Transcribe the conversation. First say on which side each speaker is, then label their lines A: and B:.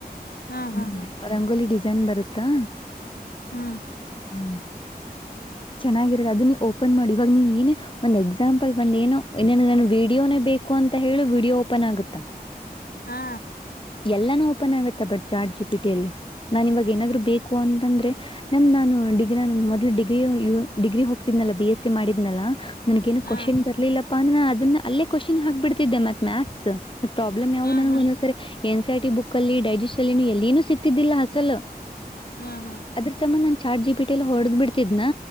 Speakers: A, on the left (about 65°); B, on the left (about 30°).
A: ಹಾ
B: ಹ್ಮ
A: ಹಾ ಹಾ
B: ರಂಗೋಲಿ ಡಿಸೈನ್ ಬರುತ್ತಾ
A: ಹ್ಮ್
B: ಹ್ಮ ಚೆನ್ನಾಗಿರೋದು ಅದು ನೀ ಓಪನ್ ಮಾಡಿ ಇವಾಗ ನೀ ಏನೇ ಒಂದ ಎಕ್ಸಾಂಪಲ್ ಬಂದು ಏನೋ ಇ ವ ವಿಡಿಯೋನೇ ಬೇಕು ಅಂತ ಹೇಳಿ ವಿಡಿಯೋ ಓಪನ್ ಆಗುತ್ತಾ
A: ಹಾ
B: ಎಲ್ಲಾನು ಓಪನ್ ಆಗತ್ತ ಬಟ್ ಚಾರ್ ಜಿ ಪಿ ಟಿಲ್ಲಿ ನಾನ್ ಇವಾಗ ಏನಾದ್ ಬೇಕು ಅಂತಂದ್ರೆ ನಮ್ದ್ ನಾನು ಡಿಗ ನಾನ ಮೊದ್ಲು ಡಿ ಡಿಗ್ರಿ ಹೋಗ್ತಿದ್ನಲ್ಲ ಬಿ ಎಸ್ ಸಿ ಮಾಡಿದ್ನಲ್ಲ ನನಗ ಏನು
A: ಹಾ
B: ಕ್ನ್ ಬರ್ಲಿಲ್ಲ ಅ ಅದನ್ನ ಅಲ್ಲೇ ಕ್ವಶನ್ ಹಾಕ್ಬ ಬಿಡದ್ದೆ ಮತ್ ಮ್ಯಾತ್ಸ್ ಮತ್ ಪ್ರಾಬ್ಲಮ್ ಯಾವವು
A: ಹಾ
B: ನನಗ
A: ಹಾ
B: ಒಂದ್ಸರಿ ಎನ್ ಸಿ ಆರ್ಟಿ ಬುಕ್ ಅಲ್ಲಿ ಡೈಜೆಸ್ ಅಲ್ಲಿ ಎಲ್ಲಿ ನು ಸಿಕ್ತಿದ್ದಿಲ್ಲ ಅಸಲ್ಲ
A: ಹಾ ಹಾ
B: ಅದ್ರ ಸಂಬಂಧ ಚಾರ ಜಿ ಪಿಟಿ ಎಲ್ಲ ಹೊಡೆದ್ ಬಿಡ್ತಿದ್ನಾ